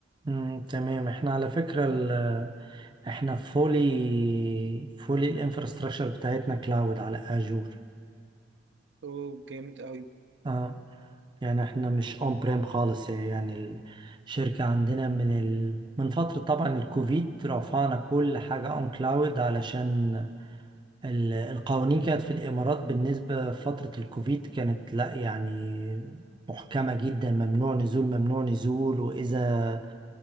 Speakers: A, on the right (about 25°); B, on the right (about 75°).
A: مم. تمام احنا على فكرة ال احنا فولي فولي الانفراستراكشر بتاعتنا كلاود على اجور
B: اوه جامد قوي
A: اه يعني احنا مش اون بريم خالص يعني يعني الشركة عندنا من ال... من فترة طبعا الكوفيد رفعنا كل حاجة اون كلاود علشان ال- القوانين كانت في الإمارات بالنسبة فترة الكوفيد كانت لا يعني محكمة جدا ممنوع نزول ممنوع نزول وإذا